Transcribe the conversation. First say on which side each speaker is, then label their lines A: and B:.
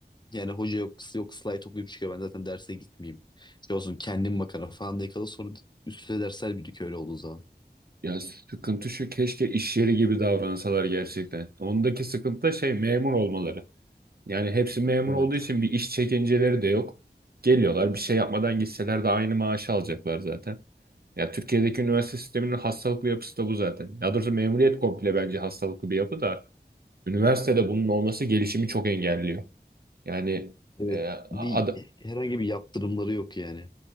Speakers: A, on the left (about 25°); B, on the right (about 60°).
A: yani hoca yok, kız yok slide okuyup çıkıyor. Ben zaten derse gitmeyeyim. Şey olsun kendim bakarım falan diye kalır. Sonra üstüne dersler birikiyor öyle olduğu zaman.
B: Ya sıkıntı şu keşke iş yeri gibi davransalar gerçekten. Ondaki sıkıntı da şey memur olmaları. Yani hepsi memur
A: Evet.
B: olduğu için bir iş çekinceleri de yok. Geliyorlar bir şey yapmadan gitseler de aynı maaşı alacaklar zaten. Ya Türkiye'deki üniversite sisteminin hastalıklı yapısı da bu zaten. Ya doğrusu memuriyet komple bence hastalıklı bir yapı da üniversitede bunun olması gelişimi çok engelliyor. Yani
A: Evet.
B: e, ad-
A: Bir herhangi bir yaptırımları yok yani.